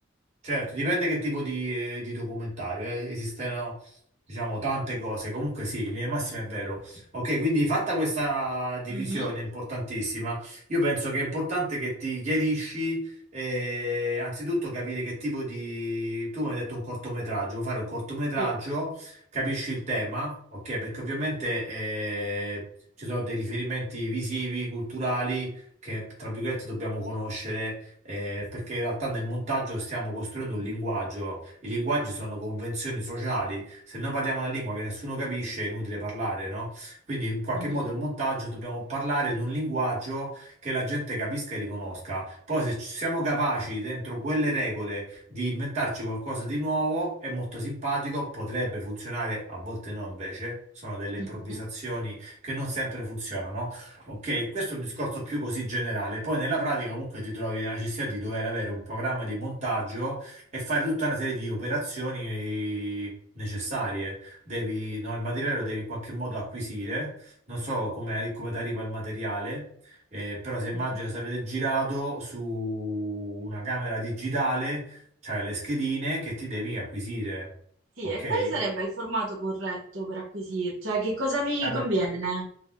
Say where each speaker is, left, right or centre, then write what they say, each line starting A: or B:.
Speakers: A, on the right; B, on the right.
A: certo, dipende che tipo di, eh, di documentario. eh. Esistono, diciamo, tante cose. Comunque sì, in linea di massima è vero. Ok, quindi fatta questa divisione
B: Mhm.
A: importantissima, io penso che è importante che ti chiarisci, eh, anzitutto capire che tipo di... Tu mi hai detto un cortometraggio, vuoi fare un cortometraggio,
B: Sì.
A: capisci il tema, ok? Perché ovviamente eh, ci sono dei riferimenti visivi, culturali, che, tra virgolette, dobbiamo conoscere eh, perché in realtà nel montaggio stiamo costruendo
B: Mhm.
A: un linguaggio, i linguaggi sono convenzioni sociali, se noi parliamo una lingua che nessuno capisce è inutile parlare, no? Quindi in qualche
B: Mhm.
A: modo il montaggio dobbiamo parlare in un linguaggio che la gente capisca e riconosca. Poi se ci siamo capaci dentro quelle regole di inventarci qualcosa di nuovo, è molto simpatico, potrebbe funzionare, a volte no invece, sono delle
B: Mhm.
A: improvvisazioni che non sempre funzionano. Ok, questo è un discorso più così generale. Poi nella pratica comunque ti trovi nella necessità di dover avere un programma di montaggio e fare tutta una serie di operazioni necessarie. Devi, no, il materiale lo devi in qualche modo acquisire. Non so come, come ti arriva il materiale, eh, però se immagino
B: Mhm.
A: se avete girato su una camera digitale, c'hai le schedine che ti devi acquisire.
B: Sì,
A: Ok?
B: e
A: Eh
B: quale sarebbe il formato corretto per acquisire? Cioè, che cosa mi
A: beh,
B: conviene?